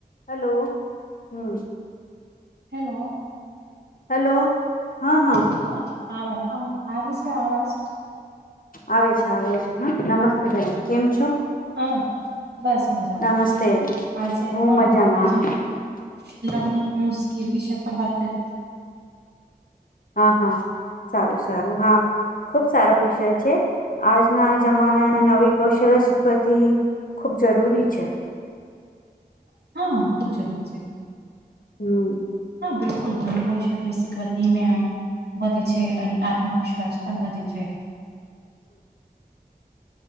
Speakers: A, on the left; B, on the right.
A: હલો હમ.
B: હેલો.
A: હેલો. હા હા
B: હા <unintelligible> આવે છે આવાજ?
A: આવે છે આવે છે હા નમસ્તે બેન કેમ છો?
B: હા બસ મજામાં
A: નમસ્તે
B: આજે
A: હું
B: હઅ
A: મજામાં
B: આજે હું લર્નિંગ ન્યુઝ કે વિષય પર વાત કરીએ.
A: હા હા સારું સારું હા. ખુબ સારો વિષય છે. આજના જમાનાને નવી કૌશલ્ય શીખવાથી ખુબ જરૂરી છે.
B: હા ખુબ જરૂરી છે.
A: હમ.
B: હા બિલકુલ ધન <unintelligible> વધે છે અને આત્મવિશ્વાસ પણ વધે છે. <inaudible>